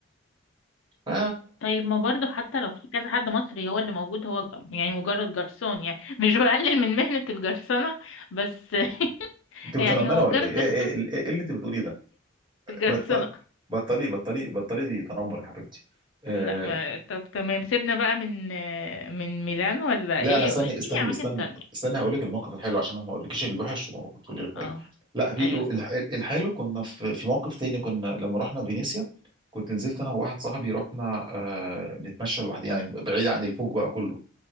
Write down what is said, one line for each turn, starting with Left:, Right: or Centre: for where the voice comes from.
Right: ف
Left: طيب ما برضو حتى لو في كذا حد مصري هو اللي موجود هو يعني مجرد جرسون يعني مش بقلل من مهنة الجرسنة بس <laughs>
Right: انت متنمره
Left: يعني هو
Right: ولا
Left: مجرد
Right: ايه؟ ايه
Left: جرسون
Right: ايه, إيه اللي انت بتقوليه ده؟
Left: الجرسنة
Right: بط... بطلي بطلي بطلي دي تنمر يا حبيبتي آه،
Left: لا ما... طب تمام سيبنا بقى من من ميلان ولا
Right: لا
Left: ايه
Right: انا استني
Left: واحكي
Right: استني
Left: لي عن
Right: استني
Left: اماكن تانية
Right: استني هقول لك الموقف الحلو عشان انا ما اقولكش الوحش وتقولي الحلو
Left: اه
Right: لا في
Left: ايوه صح
Right: الح- الحلو كنا في في موقف تاني كنا لما رحنا فينيسيا كنت نزلت انا وواحد صاحبي رحنا آه نتمشى لوحدنا يعني بعيد عن الفوج بقى كله